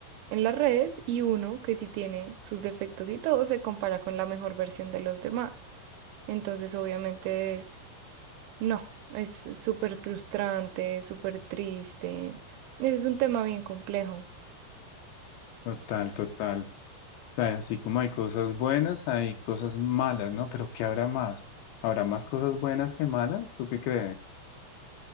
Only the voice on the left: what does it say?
Total, total. sea, así como hay cosas buenas, hay cosas malas, ¿no? Pero ¿qué habrá más? ¿Habrá más cosas buenas que malas? ¿Tú qué crees? <laughs>